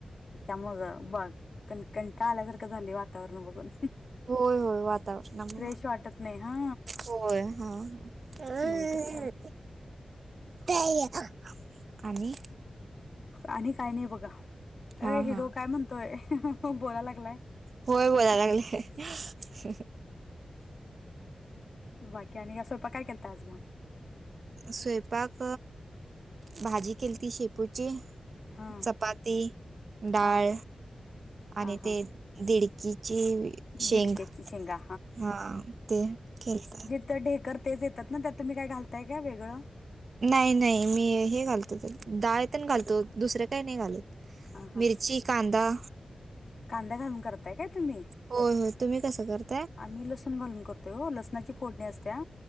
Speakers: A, on the left (about 50°); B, on the right (about 60°).
A: त्यामुळं बाकी. कणकंटा आल्यासारखं झाले वातावरण बघून.
B: होय होय वातावरणामुळे
A: फ्रेश वाटत नाही हा.
B: होय हा ह.
A: नाहीतर काय
B: त्या आणि.
A: आणि काय नाही बघा. अ
B: हा
A: हिरो
B: हा
A: काय म्हणतोय बोला लागलाय.
B: होय बोलाय लागले. ह.
A: बाकी आणि का स्वयपाक काय केलता आज मग.
B: स्वयंपाक भाजी केली ती शेपूची.
A: हा
B: चपाती डाळ.
A: हा
B: आणि
A: हा हा
B: ते दिडकीची शेंग.
A: दिडक्याची शेंगा
B: हा ते खळतात.
A: तर ढेकर तेच येतात ना त्या तुम्ही काय घालताय का वेगळं.
B: नाही नाही मी हे घालतो डाळेतण घालतो दुसरं काही नाही घालत.
A: अ हा
B: मिरची कांदा
A: कांद्या घालून करताय काय तुम्ही.
B: होय होय तुम्ही कसं करता.
A: आम्ही लसूण घालून करतोय हो लसणाची फोडणी असत्या